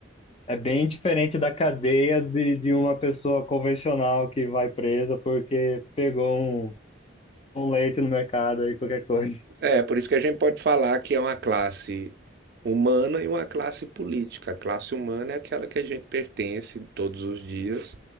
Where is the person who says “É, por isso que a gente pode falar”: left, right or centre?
Right